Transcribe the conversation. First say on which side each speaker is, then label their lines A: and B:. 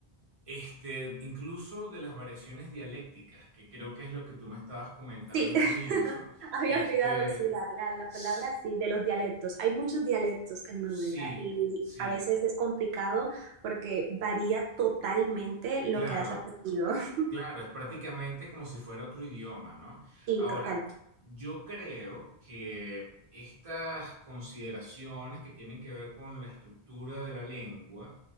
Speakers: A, on the right; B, on the right.
A: este, incluso de las variaciones dialécticas, que creo que es lo que tú me estabas comentando
B: Sí,
A: al
B: <laughs>
A: comienzo.
B: había
A: Este,
B: olvidado sí, la, la, la,
A: s-
B: palabra, sí, de los dialectos. Hay muchos dialectos en Noruega
A: sí,
B: y
A: sí,
B: a veces es complicado porque varía totalmente lo
A: claro.
B: que has aprendido. <laughs>
A: Claro, es prácticamente como si fuera otro idioma, ¿no?
B: Sí,
A: Ahora,
B: total,
A: yo creo que estas consideraciones que tienen que ver con la estructura de la lengua